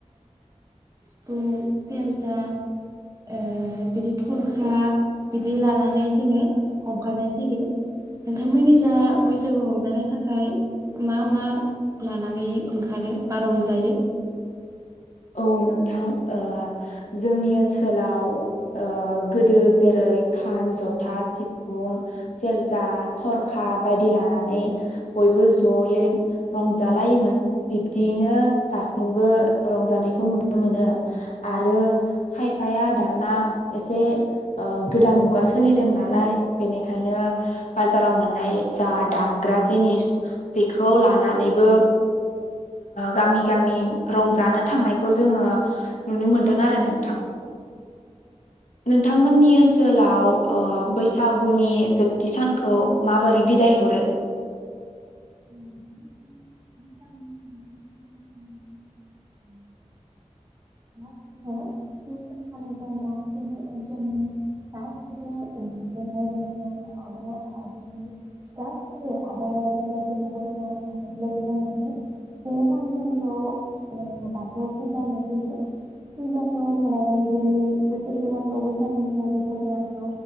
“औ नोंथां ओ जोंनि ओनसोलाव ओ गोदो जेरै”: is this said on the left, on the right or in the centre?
Left